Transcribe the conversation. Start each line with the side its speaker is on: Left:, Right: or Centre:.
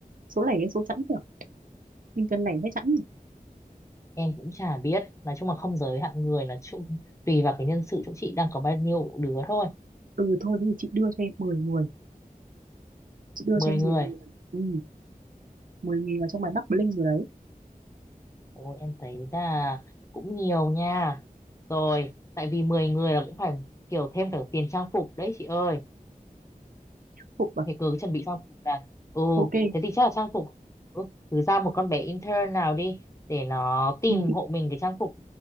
Right: số lẻ hay số chẵn nhỉ mình cần lẻ hay chẵn nhỉ
Left: em cũng chả biết nói chung là không giới hạn người là chung tùy vào cái nhân sự chỗ chị đang có bao nhiêu đứa thôi
Right: ừ thôi thế thì chị đưa cho em mười người chị đưa
Left: mười
Right: cho em
Left: người
Right: 10 người ừ 10 người vào trong bài Bắc Bling rồi đấy
Left: ôi em thấy là cũng nhiều nha rồi tại vì 10 người là cũng phải kiểu thêm cả tiền trang phục đấy chị ơi
Right: phục à
Left: thì cứ chuẩn bị trang phục là ừ
Right: ok
Left: thế thì chắc là trang phục ừ, cứ ra một con bé intern nào đi để nó tìm
Right: ừ
Left: hộ mình cái trang phục